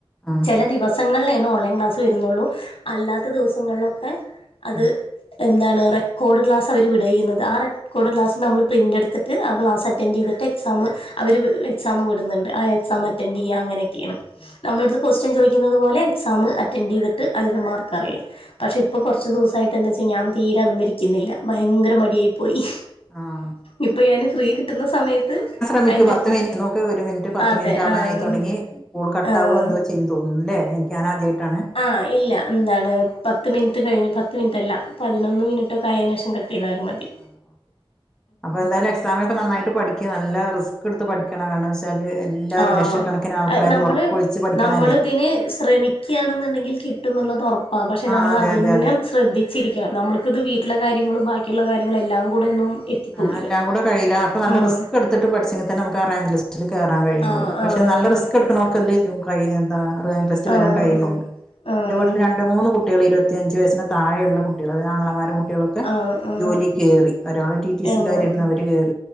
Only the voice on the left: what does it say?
ല ദിവസങ്ങളെണു ഓൺലൈൻ ക്ലാസ്സ് വരുന്നുള്ളൂ അല്ലാത്ത ദിവസങ്ങളിലൊക്കെ അത്
എന്താണ് റെക്കോർഡ് ക്ലാസ്സ്‌ അവർ വിടെയുന്നത് ആ റെക്കോഡ്
ക്ലാസ്സ്‌ നമ്മൾ പ്രിന്റ് എടു ത്തിട്ട് ആ ക്ലാസ്സ് അറ്റൻഡ് ചെയ്തിട്ട് എക്സാംമ് അവർ വി എക്സാം വിടുന്നുന്നുണ്ട് ആ എക് സാംമറ്റന്റ്
ചെയ്യാം അങ്ങനെയൊക്കെയാണ്
നമ്മടുത് കൊസ്റ്റയ്ൻ ചോദിക്കുന്നത് പോലെ എക്സാം അറ്റൻഡ് ചെയ്തിട്ട് അതിന് മാർക്ക് അറിയാം പക്ഷെ
ഇപ്പ കുറച്ച് ദിവസ അായിട്ട് എന്താ വെച്ചാ ഞാൻ തീരെ അതും മെയിരിക്കുന്നില്ല ഭയങ്കര മടിയായി പോയി
ഇപ്പൊ ഞാന് ഫ്രീ കിട്ടുന്ന സമയത്ത്
അയിന്റെ
അതെ
ആഹ്
ആഹ്
ആഹ് ഇല്ല എന്താണ് പത്ത് മിനിറ്റ് കഴിഞ്ഞ് പത്ത് മിനിറ്റല്ല പതിനൊന്ന് മിനിറ്റൊക്കെ ആയെന് ശേഷം കട്ട് ചെയ്താലും മതി <inaudible>
ആഹ്
നമ്മള്
നമ്മള് ഇതിന് ശ്രമി ക്കാണെന്നുണ്ടെങ്കിൽ കിട്ടുന്നുള്ളത് ഉറപ്പാണ് പക്ഷെ
നമ്മൾ
അത് തന്നെ
ശ്രദ്ധി ചിരിക്കണം നമ്മുക്കിത് വീട്ടിലെ കാര്യങ്ങളും ബാക്കിയുള്ള കാര്യങ്ങളും എല്ലാം കൂടെ ഒന്നും എത്തിപ്പോവില്ല
ഉം
ആഹ്
ആഹ്
ആഹ്
ആഹ്
ആഹ് ആഹ്
ആഹ്